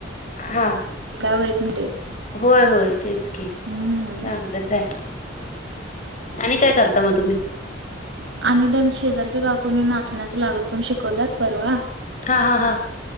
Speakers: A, on the left; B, on the right.
A: हां.
B: काय वाईट नाही ते
A: होय होय, तेच की.
B: हं.
A: चांगलंचयं आणि काय करता मग तुम्ही.
B: आणि दम शेजारच्या काकूनी नाचण्याचं लाडू पण शिकवल्यात परवा
A: हा, हा, हां.